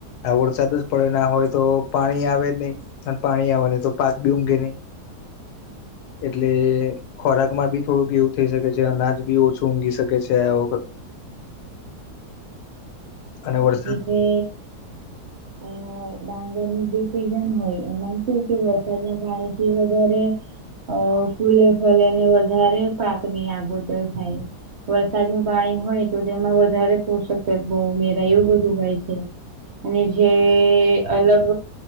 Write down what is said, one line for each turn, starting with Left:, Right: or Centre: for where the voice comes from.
Left: આ વરસાદ જ પડે ના હોય તો. પાણી આવે જ નહી અને પાણી આવે નહી તો પાક બી ઊઘે નહીં. એટલે ખોરાક માં બી થોડુંક એવું થઈ શકે છે અનાજ બી ઓછું ઊંઘી શકે છે વ અને વરસાદ
Right: અગી જે
Left: <inaudible>
Right: અ ડાંગરની જે સીઝન હોય એમાંમ કે કે વરસાદના પાણી થી વધારે અ ફૂલે ફલેને વધારે પાકની આગોતર થાય. વરસાદનું પાણી હોય તો તેમાં વધારે પોષક તત્વ ઉમેરાય એવું બધું હોય છે. અને જે અલગ